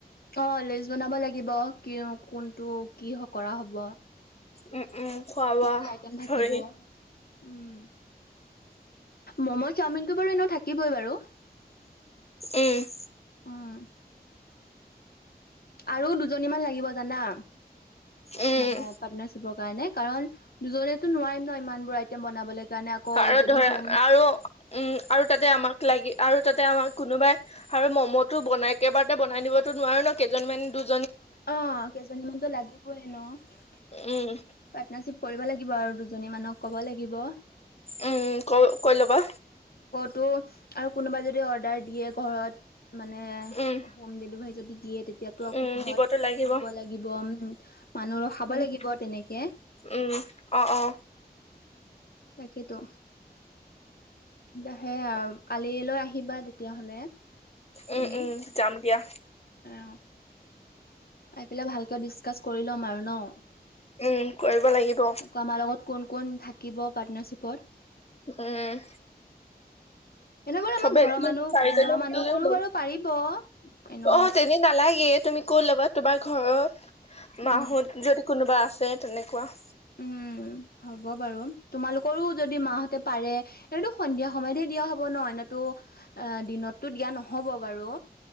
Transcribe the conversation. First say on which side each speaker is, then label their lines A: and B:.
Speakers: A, on the left (about 65°); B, on the left (about 40°).
A: অ লিষ্ট বনাব লাগিব ক কোনটো কি কৰা হ'ব।
B: উম উম খোৱা
A: কি
B: বোৱা
A: কি আইটেম থাকিব
B: ধৰি
A: উম। মম' চাওমিনতটো বাৰু এনে থাকিবই বাৰু।
B: উম।
A: উম আৰু দুজনী মান লাগিব জানা। মানে
B: উম
A: পাৰ্টনাৰিপৰ কাৰণে কাৰণ দুজনেতো নোৱাৰিম ন ইমান বোৰ আইম বনাবলৈ কাৰণে। ক
B: আৰু
A: যদি
B: ধৰা
A: হোম।
B: আৰু উম আৰু তাতে আমাক লাগি আৰু। আমাৰ কোনোবাই আৰু মমো ব একেবাৰ বনাই দিবতো নোৱাৰো ন কেইজন মন টো
A: অ কেইজনীমানতো লাগিবই ন। পাৰ্টনাৰশ্বিপ
B: উম
A: কৰিব লাগিব আৰু দুজনী মানক ক'ব লাগিব।
B: উম ক কৈ ল'বা।
A: তটো আৰু কোনোবা যদি অৰ্ডাৰ দিয়ে ঘৰত। মানে হোম
B: উম
A: ডেলিভাৰী যদি দিয়ে তেতিয়াতো আকৌ
B: উম
A: ঘৰত।
B: দিবতো লাগিব
A: দিব লাগিব উম মানুহ খাব
B: উম
A: লাগিব তেনেকে
B: উম অ অ।
A: তাকেতো দাহে আও। কালৈ আহিবা তেতিয়াহ'লে। তুমি
B: উম উম যাম দিয়া।
A: অ। প পেলাই ভালকে ডিচকাছ কৰি ল'ম আৰু ন?
B: উম কৰিব লাগিব।
A: আকৌ আমাৰ লগত কোন কোন থাকিব পাৰ্টনাৰশ্বিপত।
B: উম।
A: এনেবৰে
B: চবে
A: আমাৰ ঘৰৰ
B: তিনি
A: মানুহ
B: চাৰিজনী
A: ঘৰৰ মানুহ
B: মিলি
A: বোৰো বাৰু পাৰিব। এনে
B: অ, তেনে নালাগে তুমি কত ল'বা তোমাৰ ঘৰত মাহত
A: উম
B: যদি কোনোবা আছে তেনেকুৱা।
A: উম হ'ব বাৰু তোমালোকৰো যদি মাহতে পাৰে এইতো সন্ধিয়া সময়তহে দিয়া হব ন' এনেতো অ, দিনতটো দিয়া নহ'ব বাৰু